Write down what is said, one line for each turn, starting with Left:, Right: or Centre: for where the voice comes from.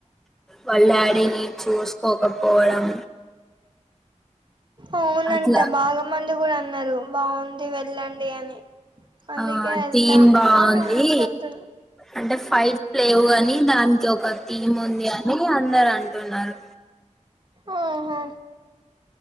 Centre: వాల్ డాడిని చూసుకోకపోవడం
Right: అవునంట
Centre: అట్లా
Right: బాగా మంది కూడా అన్నరు బాగుంది వెళ్ళండి అని అందుకే
Centre: ఆ
Right: ఎళ్దామననుకుంటున్న
Centre: థీమ్ బాగుంది అంటే ఫైట్ లేవు కానీ దాని ఒక థీమ్ ఉంది అని అందరు అంటున్నారు
Right: ఆహా